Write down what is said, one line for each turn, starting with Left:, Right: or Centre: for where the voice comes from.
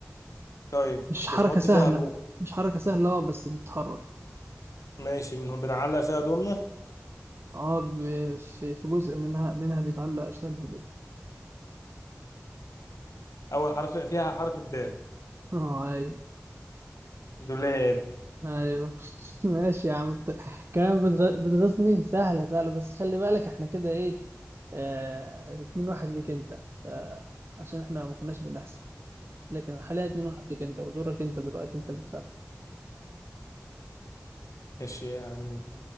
Left: طيب
Right: مش
Left: بتحط
Right: حركه سهله
Left: فيها هدوم
Right: مش حركه سهله اه بس بتتحرك
Left: ماشي بن- بنعلق فيها هدومنا
Right: اه ب- في في جزء منها منها بيتعلق أسنان الهدوم
Left: اول حرف فيها حرف الدال
Right: اه أيوه
Left: دولاب
Right: أيوه <laughs> ماشي يا عم بت... كمان بتغ... بتغيظني سهلة سهلة بس خلي بالك احنا كده ايه آه... اتنين واحد ليك انت ف... عشان احنا ما كناش بنحسب لكن حاليا اتنين واحد ليك انت ودورك انت دلوقتي انت اللي كسبت
Left: ماشي يعني